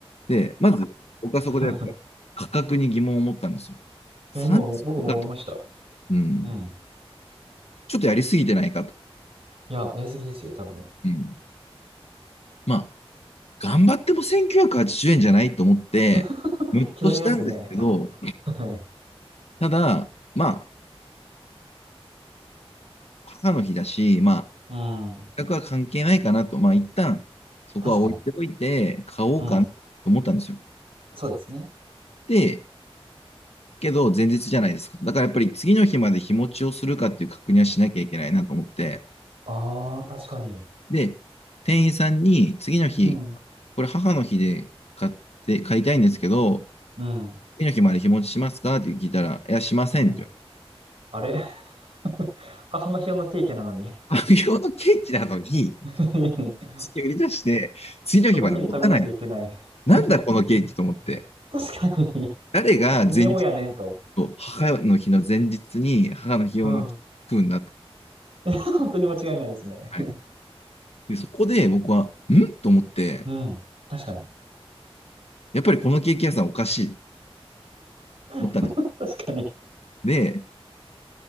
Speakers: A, on the left; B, on the right.
A: で、まず、僕はそこでやっぱり価格に疑問を持ったんですよ。
B: <laughs> いや、
A: 三千0
B: 今も僕も思いました。
A: 0円かと。うん。
B: うん。
A: ちょっとやりすぎてないかと。
B: いや、やりすぎですよ、多分。
A: うん。まあ、頑張っても1980円じゅうえんじゃないと思って、
B: <laughs>
A: ムッとしたんですけど、
B: 刻みますね。<laughs> はい。
A: ただ、まあ、母の日だし、まあ、
B: うん。
A: 額は関係ないかなと、まあ、一旦、そこは置いておいて、
B: 確かに。
A: 買おうかなと思ったんですよ。
B: うん。そうですね。
A: で、けど、前日じゃないですか。だからやっぱり次の日まで日持ちをするかっていう確認はしなきゃいけないなと思って、
B: ああ、確かに。
A: で、店員さんに次の日、
B: うん。
A: これ母の日で買って、買いたいんですけど、
B: うん。
A: 次の日まで日持ちしますかって聞いたら、いや、しませんって言
B: うん。あれ <laughs> 母の日用のケーキなのに
A: われて。無日のケーキなのに、
B: <laughs>
A: 売り出して、次の日まで持たない。
B: その日に食べなきゃいけない
A: なんだこのケーキと思って。
B: <laughs> 確かに。
A: 誰が前日
B: <laughs> 何をやねんと。
A: と母の日の前日に母の日用のケーキ食うんだと。
B: うん。<laughs> 本当に間違いないですね。
A: はい、でそこで僕は、んと思って、
B: うん。確かに。
A: やっぱりこのケーキ屋さんおかしいと思ったんです。
B: <laughs> 確かに。
A: で、